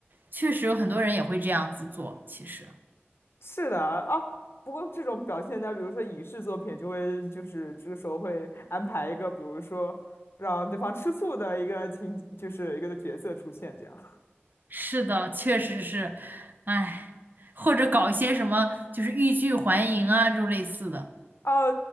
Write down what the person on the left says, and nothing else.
是的哦，不过这种表现在比如说影视作品，就会就是这个时候会安排一个，比如说让对方吃醋的一个情，就是一个的角色出现这样。
哦，